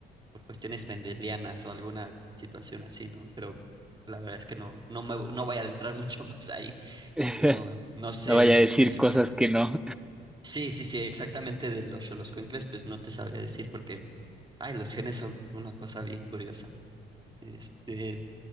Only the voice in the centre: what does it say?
<laughs>
no vaya a decir
cosas que no.